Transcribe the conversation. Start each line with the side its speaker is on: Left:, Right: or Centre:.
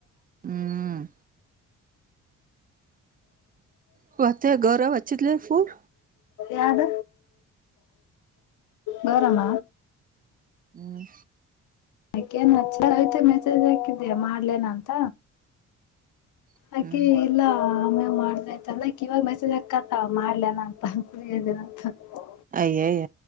Right: ಹ್ಮ್ ಹ ಅತ್ತೆ ಗೌರವ ಹಚ್ಚಿದ್ದೇನೆ ಫೋನ್
Left: ಯಾವ್ದ ಗೌರಮ್ಮ
Right: ಹ್ಮ್
Left: ಯಾಕೆ ನಚ್ಚಳಿ ಐತೆ ಮೆಸೇಜ್ ಯಾಕೆ ಯ ಮಾಡ್ಲೇನ ಅಂತ
Right: ಹ್ಮ್
Left: ಹಾಕಿ ಇಲ್ಲ ಆ ಆಮೇ ಮಾಡ್ದಾಯ್ತಲ್ಲಾಕ್ ಇವಾಗ ಮೆಸೇಜ್ ಹಾಕತ ಮಾಡ್ಲನ ಅಂತೇನಂತ <unintelligible>
Right: ಏಯ